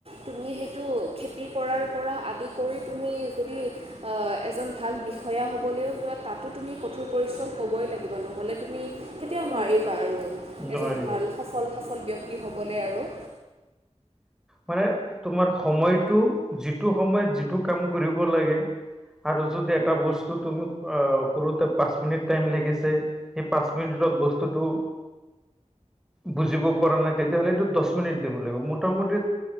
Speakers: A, on the right; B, in the centre.
A: তুমি সেইটো খেতি কৰাৰ পৰা আদি কৰি তুমি যদি আ এজন ভাল বিষয়া হ'বলৈও যোৱা তাতো তুমি কঠোৰ পৰিশ্ৰম ক'বই লাগিব নহ'লে তুমি কেতিয়াও নোৱাৰিবা আৰু
B: নোৱাৰিব
A: এজন ভাল সফল, সফল ব্যক্তি হ'বলৈ আৰু।
B: মানে তোমাৰ সময়টো যিটো সময়ত যিটো কাম কৰিব লাগে। আৰু যদি এটা বস্তু তুমি কৰোতে পাঁচ মিনিট টাইম লাগিছে সেই পাঁচ মিনিটত বস্তুতটো বুজিব পৰা তেতিয়াহ'লে এইটোত মিনিট দিব লাগিব মোৰ মোটামুটি